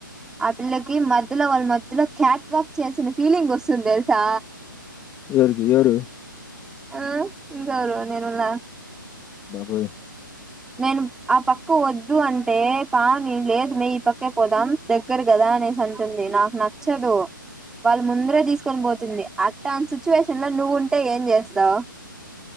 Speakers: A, in the centre; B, on the left.
A: ఆ పిల్లకి మధ్యలో వాళ్ళు మ ధ్యలో క్యాట్ వాక్ చేసిన ఫీలింగ్ వస్తుంది తెలుసా
B: ఎవరికి ఎవరు
A: ఆ ఇంకావరు నేనుల
B: బబోయి
A: నేను ఆ పక్క వద్దు అం టే పా నేను లేదు మే ఇ పక్కే పోదాం దగ్గర కదా అనేసి అంటుంది నాకు నచ్చదు వాళ్ళు ముందరే తీసుకొని పోతుంది అట్టంటి సిచ్యువేషన్ లో నువ్వు ఉంటే ఏం చేస్తావు